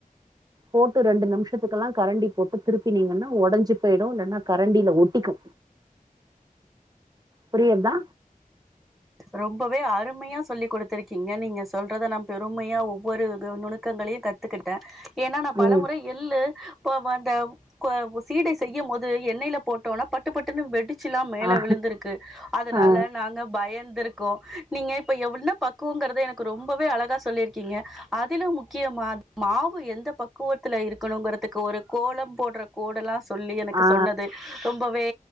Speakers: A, on the right; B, in the centre.
A: போட்டு ரெண்டு நிமிஷத்துக்கெல்லா கரண்டி போட்டு திருப்பினீங்கன்னா ஒடஞ்சி போயிடு இல்லன்னா கரண்டி ஒட்டிக்கு புரியற்தா
B: ரொம்பவே அருமையா சொல்லி் கொடுத்துருக்கீங்க நீங்க சொல்றத நா பெருமையா ஒவ்வொரு க நுணுக்கங்களையு கத்துக்கிட்ட ஏன்னா நா பல
A: ம்
B: முறை எள்ளு இப்ப அந்த சீடை செய்யும் போது எண்ணையில போட்டோனா பட்டுப்பட்டுன்னு வெடிச்சி ச்சில்லா மேல
A: ஆ
B: விழுந்துருக்கு அதனால
A: ஆ
B: நாங்க பயந் இருக்கும் நீங்க இப்ப என்ன பக்குவங்கறது எனக்கு ரொம்பவே அழகா சொல்லிருக்கீங்க அதிலும் முக்கியமா மாவு எந்த பக்குவத்துல இருக்கனுங்கிறத்துக்கு ஒரு கோலம் போட்ற கோடெல்லா சொல்லி எனக்கு
A: ஆ
B: சொன்னது ரொம் ரொம்வே